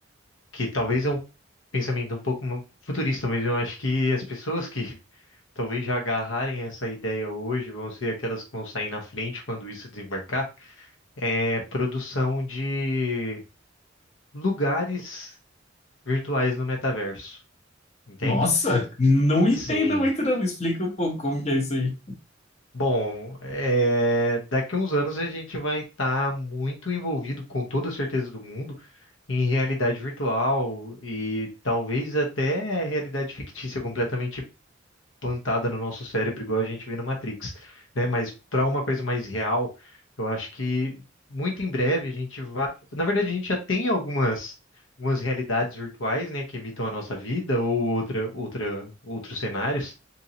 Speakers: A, on the left (about 85°); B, on the left (about 35°).
A: que talvez é um pensamento um pouco ma- futurista, mas eu acho que as pessoas que talvez já agarrarem essa ideia hoje vão ser aquelas que vão sair na frente quando isso desembarcar, é produção de lugares virtuais no metaverso. Entende?
B: Nossa, não
A: Sim.
B: entendo muito não, me explica um pouco como que é isso aí.
A: Bom, é, daqui a uns anos a gente vai estar muito envolvido, com toda a certeza do mundo, em realidade virtual e talvez até realidade fictícia completamente plantada no nosso cérebro, igual a gente vê no Matrix, né? Mas para uma coisa mais real, eu acho que muito em breve a gente vai. Na verdade, a gente já tem algumas, algumas realidades virtuais, né, que imitam a nossa vida ou outra, outra, outros cenários.